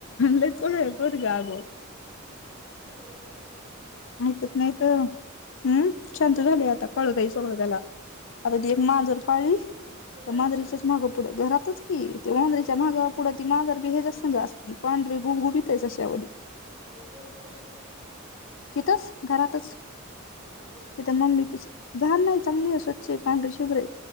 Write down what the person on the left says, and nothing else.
लय खुळं आहे पोरगं अगं.
ऐकत नाहीतं हम् शांत झालयं आता
कळतंय
सगळ
त्याला. अता ती एक मांजर पाळली.
त्या मांजरीच्याच
मागं पुढं, घरातच की ते मांजरीच्या
मागं पुढं ती मांजर बी हेच्याचसंग असती पांढरी गुबगुबीत आहे सश्यावाणी.
तिथंच घरातच तिथं
मम्मी- घाण नाही चांगली आहे स्वच्छ आहे पांढरी शुभ्र आहे.